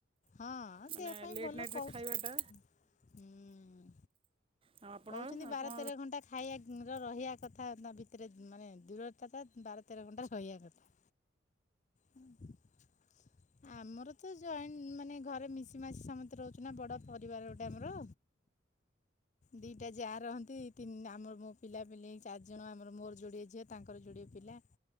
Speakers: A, on the left; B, on the right.
A: ହଁ
B: ମାନେ
A: ଦେହ ପାଇଁ
B: ଲେଟ୍
A: ଭଲ
B: ନାଇଟ୍ରେ
A: କହୁଛୁ
B: ଖାଇବାଟା
A: ହୁଁ।
B: ଆଉ ଆପଣ
A: କହୁଛନ୍ତି ବାର
B: ଆପଣ
A: ତେର ଘଣ୍ଟା ଖାଇବାର ରହିଆ କଥା ନା ଭିତରେ, ମାନେ ଦୂରତାଟା ବାର ତେର ଘଣ୍ଟା ରହିଆ କଥା। ହୁଁ ଆମର ତ ଜଏଣ୍ଟ ମାନେ ଘରେ ମିଶି ମାସି ସମସ୍ତେ ରହୁଛୁ ନା ବଡ ପରିବାର ଗୋଟେ ଆମର। ଦିଟା ଯାଆ ରହନ୍ତି ତିନି ଆମର ମୋ ପିଲାପିଲି ଚାରି ଜଣ, ଆମର ମୋର ଯୋଡିଏ ଝିଅ ତାଙ୍କର ଯୋଡିଏ ପିଲା।